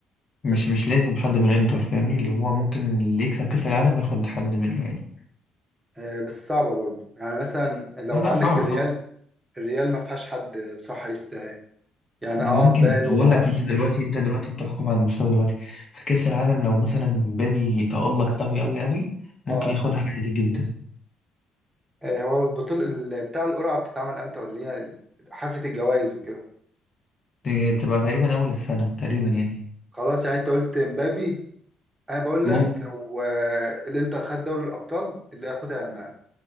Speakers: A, on the left; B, on the right.
A: مش
B: بس
A: مش لازم حد من الانتر فاهمني اللي هو ممكن اللي يكسب كأس العالم ياخد حد منه يعني
B: آه، بس صعبة برضو يعني مثلا لو
A: لا لا
B: عندك
A: صعبة
B: الريال الريال ما فيهاش حد بصراحة يستاهل يعني
A: ممكن
B: اه مبابي
A: بقول
B: وما اعرفش
A: لك انت دلوقتي انت دلوقتي بتحكم على المستوى دلوقتي في كأس العالم لو مثلا مبابي تألق قوي قوي قوي ممكن
B: اه
A: ياخدها عادي جدا
B: آه، هو البطولة ال- بتاع القرعة بتتعمل امتى ولا هي حفلة الجوائز وكده
A: دي بتبقى تقريبا اول السنة تقريبا يعني
B: خلاص يعني انت قلت مبابي انا بقول
A: ممكن
B: لك لو آه، الانتر خد دوري الابطال اللي هياخدها يامال